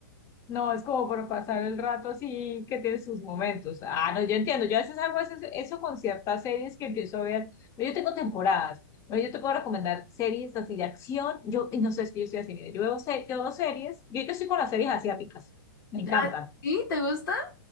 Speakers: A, on the left; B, on the left.
A: No, es como por pasar el rato así que tiene sus momentos. Ah, no, yo entiendo. Yo a veces hago eso, eso con ciertas series que empiezo a ver. Yo tengo temporadas. Bueno, yo te puedo recomendar series así de acción. Yo, y no sé, es que yo estoy así, mira, yo veo, se- yo veo series. Yo ahorita estoy con las series asiáticas. Me encantan.
B: Ah, ¿Sí? ¿Te gusta?